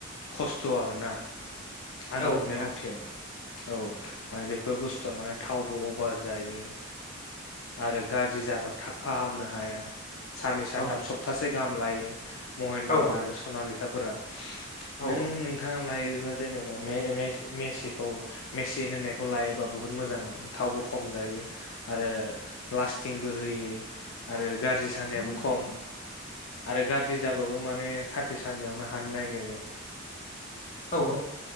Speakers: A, on the left; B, on the left.
A: खस्थ' आरोना आंनि
B: औ
A: नुनाय
B: नोंथां
A: मथेयाव औ माने बे बेफोर बुस्थुआ माने थावबो अभार जायो आरो गाज्रि जाबा थाबफाहामनो हाया। साननै सानथाम
B: औ
A: सप्तासे गाहाम लायो महेन्द्र
B: औ
A: आरो सनालिखाफोरा नों
B: औ
A: नोंथाङा लायोबा जेने मे मे मेसिखौ मेसि होननायखौ लायोबा बुहुत मोजां मोनो थावबो खम जायो। आरो लास्टिंबो होयो आरो गाज्रि जानायाबो खम आरो गाज्रि जाबाबो माने सानसे साननैयावनो हानो नागिरो।
B: औ औ